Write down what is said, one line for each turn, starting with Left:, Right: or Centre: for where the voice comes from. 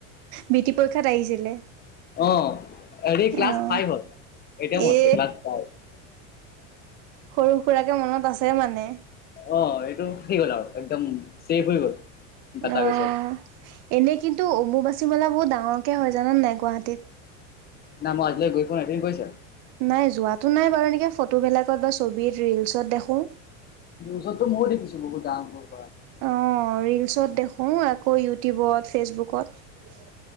Right: বৃত্তি পৰীক্ষাত আহিছিলে
Left: অ, হেৰি ক্লাছ
Right: অ
Left: ফাইভত। এতিয়া মছে
Right: এ
Left: ক্লাছ ফ
Right: সৰু সুৰাকে মনত আছে মানে
Left: অ' এইটো সেই গ'ল আৰু একদম চছেফ হৈ গ'ল। ডাটাবেছত
Right: অ' এনে কিন্তু অমুবাচী মেলাত বহুত ডাঙৰকে হয় জান নাই গুৱাহাটীত।
Left: নাই মই আজিলৈ গৈ পোৱা নাই তুমি গৈছা
Right: নাই যোৱাতটো নাই বাৰু এনেক ফটোবিলাকত বা ছব ৰিলচত দেখোঁ।
Left: নিউজতো ময়ো দেখিছো বহুতদাঙৰ।
Right: অ' ৰিলচত দেখোঁ আকৌ ইউটিউবত, ফেচবুকত